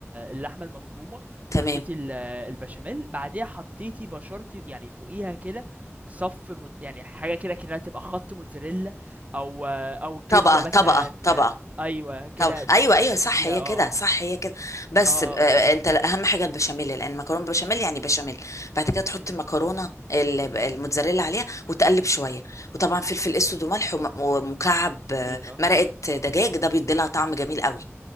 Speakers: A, on the right (about 30°); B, on the left (about 85°).
A: اللحمة المفرومة،
B: تمام
A: حطيتِ ال البشاميل، بعديها حطيتِ بشرتِ يعني فوقيها كده صَف مت يعني حاجة كده أكنها تبقى خَط موتزاريلا أو أو
B: طبقه
A: جبنة مثلًا
B: طبقه طبقه
A: أيوه كده
B: طب
A: ت
B: ايوه ايوه صح
A: فوقيها
B: هي
A: آه،
B: كده
A: آه،
B: صح هي كده بس
A: آه، آه،
B: آه،
A: أوكي،
B: انت اهم حاجه البشاميل لان المكرونه بالبشاميل يعني بشاميل بعد كده تحط
A: إمم، إمم،
B: المكرونه ال- الموتزاريلا عليها وتقلب شويه وطبعا فلفل اسود وملح وم- ومكعب آه،
A: أكيد آه.
B: مرقه دجاج ده بيدي لها طعم جميل قوي